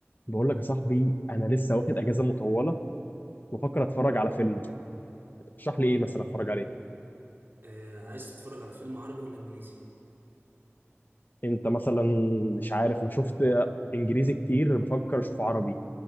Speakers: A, on the left; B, on the right.
A: بقول لك يا صاحبي انا لسه واخد اجازه مطوله وفكر اتفرج على فيلم ترشح لي ايه مثلا اتفرج عليه
B: آه، عايز تتفرج على فيلم عربي ولا انجليزي
A: انت مثلا مش عارف انا شفت انجليزي كتير بفكر اشوف عربي